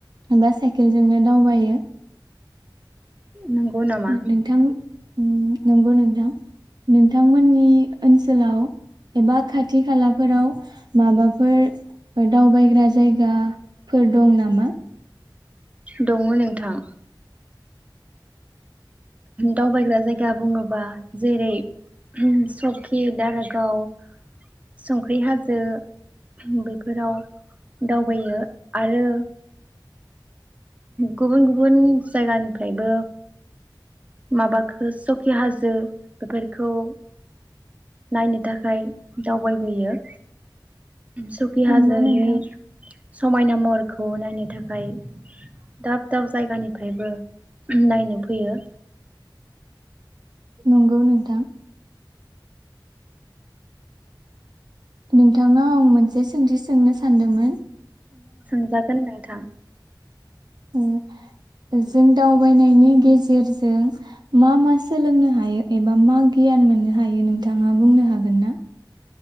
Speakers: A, on the right; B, on the right.
A: बा साइकेलजोंनो दावबायो।
B: नंगौ नामा?
A: नोंथां उम नंगौ नोंथां नोंथांमोननि ओनसोलाव एबा खाथि खालाफोराव माबाफोर दावबायग्रा जायगाफोर दं नामा?
B: दङ नोंथां दावबायग्रा जायगा बुङोबा जेरै सकि खि दारागाव संख्रि हाजो बेफोराव दावबायो आरो गुबुन गुबुन जायगानिफ्रायबो माबाखो सकि हाजो बेफोरखौ नायनो थाखाय दावबायबोयो। सकि हाजोनि
A: नंगौ नोंथां
B: समायना महरखौ नायनो थाखाय दाब दाब जायगानिफ्रायबो नायनो फैयो।
A: नंगौ नोंथां। नोंथांनाव आं मोनसे सोंथि सोंनो सानदोंमोन।
B: सोंजागोन नोंथां।
A: ओ जों दावबायनायनि गेजेरजों मा मा सोलोंनो हायो एबा मा गियान मोननो हायो नोंथाङा बुंनो हागोन ना?